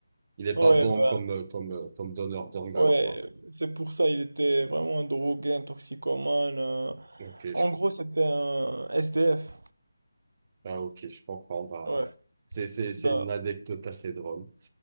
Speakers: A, on the right (about 20°); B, on the right (about 75°).
A: il est
B: Ouais,
A: pas bon
B: bah,
A: comme, euh, comme, euh, comme donneur d'organes,
B: ouais,
A: quoi.
B: c'est pour ça, il était vraiment un drogué, un toxicomane. euh,
A: Ok,
B: En
A: je, com-
B: gros, c'était un SDF.
A: ah, ok, je comprends. Bah,
B: Ouais.
A: c'est, c'est, c'est
B: Ben,
A: une anecdote assez drôle.